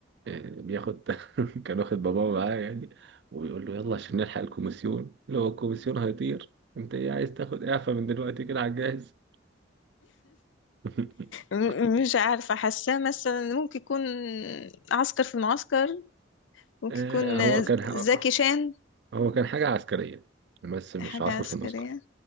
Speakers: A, on the right; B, on the left.
A: آه، بياخد <laughs> كان واخد باباه معاه يعني وبيقول له يلا عشان نلحق الكوميسيون لو الكوميسيون هيطير انت ايه عايز تاخد اعفاء من دلوقتي كده على الجاهز <laughs>
B: م- مش عارفة حاساه مثلا ممكن يكون عسكر في المعسكر ممكن
A: آه،
B: يكون
A: هو كان ح-
B: زكي شان
A: هو كان حاجة عسكرية بس مش
B: حاجة
A: عسكر
B: عسكرية
A: في المعسكر